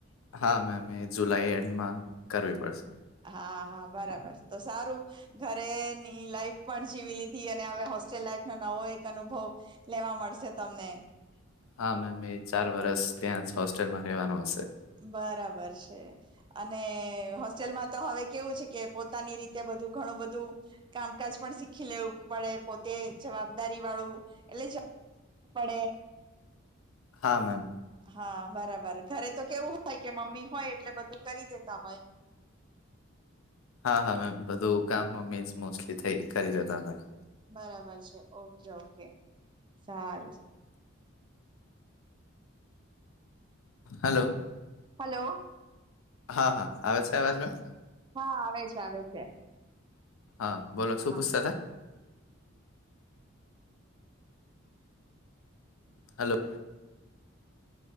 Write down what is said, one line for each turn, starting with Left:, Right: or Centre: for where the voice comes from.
Left: હા મેમ એ જુલાઈ એન્ડમાં કરવી પડશે.
Right: હા. હા બરાબર તો સારું ઘરેની લાઈફ પણ જીવી લીધી અને હવે હોસ્ટેલ લાઈફ ન વો એક અનુભવ લેવા મળશે તમને.
Left: હા મેમ એ ચાર વરષ ત્યાં હોસ્ટેલમાં રહેવાનું હશે.
Right: બરાબર છે અને હોસ્ટેલમાં તો હવે કેવું છે કે પોતાની રીતે બધું ઘણું બધું કામકાજ પણ શીખી લેવું પડે પોતે જવાબદારી વાળું એટલે જું પડે.
Left: હા મેમ.
Right: હા બરાબર ઘરે તો કેવું હોય કે મમ્મી હોય એટલે બધું કરી જેતા હોય.
Left: હા હા મેમ બધું કામ મમી મોસ્ટલી થઈ કરી દેતા હોય.
Right: બરાબર છે ઓકે ઓકે સારું.
Left: હલો.
Right: હલો.
Left: હા હા આવે છે અવાજમાં મેમ.
Right: હા આવે છે આવે છે.
Left: હા બોલો
Right: હા
Left: શું પૂછતા હતા. હલો.